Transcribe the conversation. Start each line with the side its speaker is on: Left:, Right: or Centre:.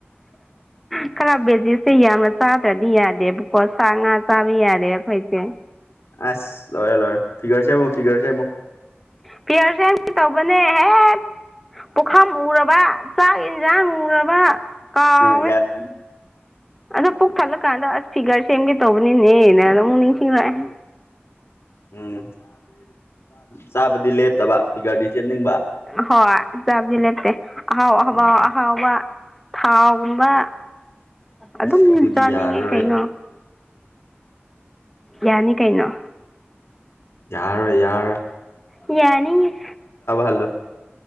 Centre: ꯎꯝ ꯈꯔ ꯕꯦꯖꯤꯠꯁꯦ ꯌꯥꯝꯅ ꯆꯥꯗ꯭ꯔꯗꯤ ꯌꯥꯗꯦꯕꯀꯣ ꯁꯥ ꯉꯥ ꯆꯥꯕ ꯌꯥꯗꯦ ꯑꯩꯈꯣꯏꯁꯦ
Left: ꯑꯁ ꯂꯣꯔꯦ ꯂꯣꯔꯦ ꯐꯤꯒꯔ ꯁꯦꯝꯃꯣ ꯐꯤꯒꯔ ꯁꯦꯝꯃꯣ
Centre: ꯐꯤꯒꯔꯁꯦꯝꯀꯦ ꯇꯧꯕꯅꯦ ꯍꯦꯛ ꯄꯨꯈꯝ ꯎꯔꯕ ꯆꯥꯛ ꯌꯦꯟꯁꯥꯡ ꯂꯨꯔꯕ ꯀꯥꯎꯋꯦ
Left: ꯎꯝ ꯌꯥꯔꯦ
Centre: ꯑꯗꯣ ꯄꯣꯛ ꯊꯥꯂꯛꯀꯥꯟꯗ ꯑꯁ ꯐꯤꯒꯔ ꯁꯦꯝꯒꯦ ꯇꯧꯕꯅꯤꯅꯦꯅ ꯑꯃꯨꯛ ꯅꯤꯡꯁꯤꯡꯂꯛꯑꯦ
Left: ꯎꯝ ꯆꯥꯕꯗꯤ ꯂꯦꯞꯇꯕ ꯐꯤꯒꯔꯗꯤ ꯁꯦꯝꯅꯤꯡꯕ
Centre: ꯍꯣꯏ ꯆꯕꯗꯤ ꯂꯦꯞꯇꯦ ꯑꯍꯥꯎ
Left: ꯎꯝ
Centre: ꯑꯍꯥꯎꯕ ꯊꯥꯎꯒꯨꯝꯕ ꯑꯗꯨꯝ
Left: ꯑꯁ ꯑꯗꯨꯗꯤ
Centre: ꯆꯥꯅꯤꯡꯉꯦ
Left: ꯌꯥꯔꯔꯣꯏ
Centre: ꯀꯩꯅꯣ ꯌꯥꯅꯤ ꯀꯩꯅꯣ
Left: ꯌꯥꯔꯣꯏ ꯌꯥꯔꯣꯏ
Centre: ꯌꯥꯅꯤ
Left: ꯍꯜꯂꯣ